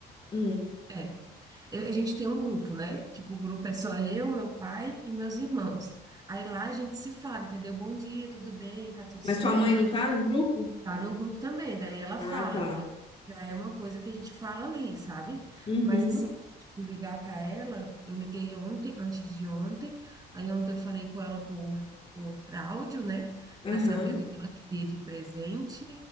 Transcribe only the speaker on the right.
é. Eu- a gente tem um grupo, né? Tipo, o grupo é só eu, meu pai e meus irmãos. Aí lá a gente se fala, entendeu? Bom dia, tudo bem, tá tudo certo.
Tá no grupo também, daí ela
fala.
Então, já é uma coisa que a gente fala ali, sabe?
Mas assim, tipo, ligar para ela, eu liguei ontem, antes de ontem. Aí ontem eu falei com ela por, por áudio, né?
Para saber o que que ela queria de presente.